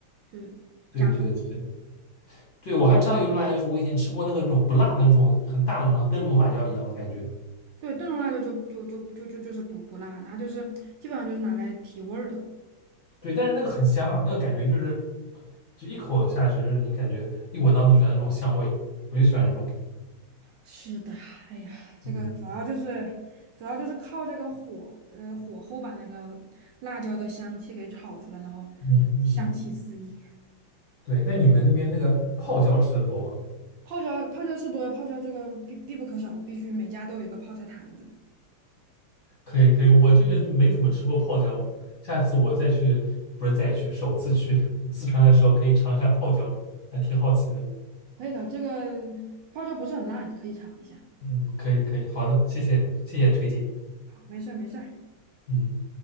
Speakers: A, on the right (about 75°); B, on the left (about 45°).
A: 就是加辣提。
B: 对对对对，我还知道有一种辣椒，就是我以前吃过那个那种不辣的那种很大的那种，像灯笼辣椒一样的感觉。
A: 对，炖笼辣椒就就就就就就是不不辣，它就是基本上就是拿来提味儿的。
B: 对，但是那个很香啊，那个感觉就是就一口下去，就是你感觉一闻到就喜欢那船的这种香味，我就喜欢这种。
A: 是的，哎呀，这个主要就是主要就是靠这个火，
B: 嗯，
A: 呃，火候把那个辣椒的香气给炒出来，然后就香气四溢。
B: 嗯嗯，对，那你们那边那个泡椒吃的多吗？
A: 泡椒泡椒吃多了，泡椒这个必必不可少，必须每家都有一个泡菜坛子。
B: 可以可以，我这个就没怎么吃过泡椒，下次我再去，不是再去，首次去 <laughs> 四川的时候可以尝一下泡椒，还挺好奇的。
A: 可以的，这个泡椒不是很辣，你可以尝一下。
B: 嗯，可以可以，好的，谢谢谢谢推荐。
A: 好，没事儿没事儿。
B: 嗯。